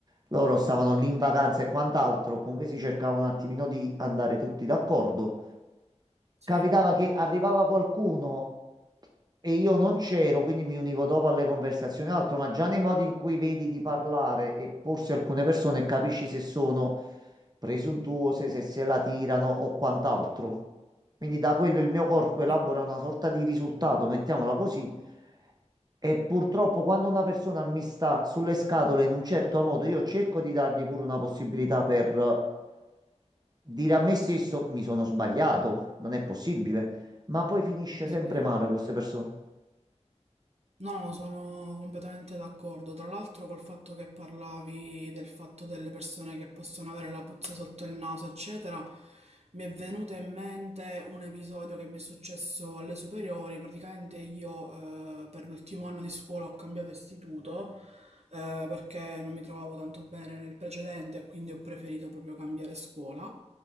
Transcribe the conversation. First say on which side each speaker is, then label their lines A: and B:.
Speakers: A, on the right; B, on the right.
A: Loro stavano lì in vacanza e quant'altro, comunque si cercava un attimino di andare tutti d'accordo.
B: Sì,
A: Capitava che arrivava qualcuno. E io non c'ero, quindi mi univo dopo alle conversazioni e altro, ma già nei modi in cui vedi di parlare e porsi alcune persone capisci se sono presuntuose, se se la tirano o quant'altro. Quindi da quello il mio corpo
B: sì,
A: elabora una sorta di risultato, mettiamola così. E purtroppo quando una persona mi sta sulle scatole in un certo modo, io cerco di dargli pure una possibilità per eh, dire a me stesso mi sono sbagliato, non è possibile ma poi finisce
B: sì,
A: sempre
B: sì. sì.
A: male con queste persone.
B: No, no, sono completamente d'accordo. Tra l'altro col fatto che parlavi del fatto delle persone che possono avere la puzza sotto il naso, eccetera, mi è venuto in mente un episodio che mi è successo alle superiori. Praticamente io eh, per l'ultimo anno di scuola ho cambiato istituto eh, perché non mi trovavo tanto bene nel precedente, quindi ho preferito proprio cambiare scuola.